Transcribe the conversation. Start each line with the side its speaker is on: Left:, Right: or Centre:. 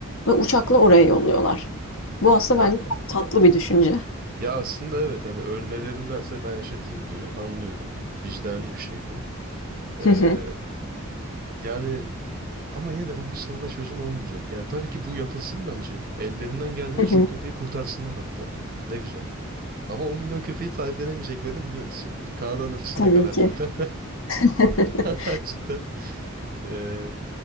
Left: ve uçakla oraya yolluyorlar. Bu aslında
Right: Vay
Left: bence
Right: be.
Left: çok tatlı bir düşünce.
Right: Ya aslında evet hani ölmelerindense ben yaşatayım diyor. Anlıyorum. Vicdani bir şey bu.
Left: <laughs>
Right: Ee,
Left: Hı hı,
Right: yani ama yine de bu bir soruna çözüm olmayacak. Yani tabii ki bu yapılsın bence. Ellerinden geldiğince
Left: hı hı,
Right: çok köpeği kurtarsınlar hatta. Ne güzel. Ama 10 milyon köpeği sahiplenemeyeceklerini biliyoruz şimdi. Kanada nüfusu
Left: Tabii
Right: ne kadar
Left: ki.
Right: zaten?
Left: <laughs>
Right: <laughs> Cidden. Ee,